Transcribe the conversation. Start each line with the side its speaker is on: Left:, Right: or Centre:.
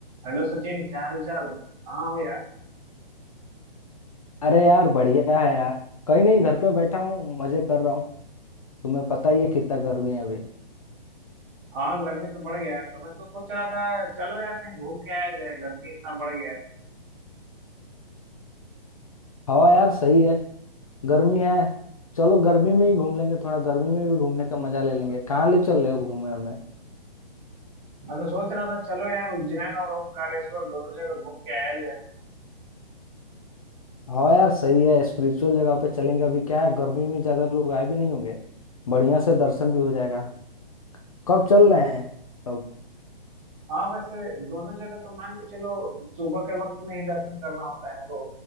Right: Hello Sachin क्या हाल चाल कहाँ हो यार
Left: अरे यार बढ़िया है यार कहीं नहीं घर पे बैठा हूँ मजे कर रहा हूँ तुम्हें पता ही है कितना गर्मी है अभी
Right: हाँ गर्मी तो बढ़ गया है तो मैं तो सोच रहा था चलो यार कहीं घूम के आया जाए गर्मी इतना बढ़ गया है
Left: हवा यार सही है गर्मी है चलो गर्मी में ही घूम लेंगे थोड़ा गर्मी में भी घूमने का मजा ले लेंगे कहाँ ले चल रहे हो घूमने हमें
Right: मैं तो सोच रहा था चलो यार उज्जैन और ओमकारेश्वर दोनों जगह घूम के आया जाए
Left: हवा यार सही है स्पिरिचुअल जगह पे चलेंगे अभी क्या है गर्मी में ज्यादा लोग आए भी नहीं होंगे बढ़िया से दर्शन भी हो जाएगा कब चल रहे हैं तब
Right: हाँ वैसे दोनों जगह तो मान के चलो सुबह के वक्त में ही दर्शन करना होता है तो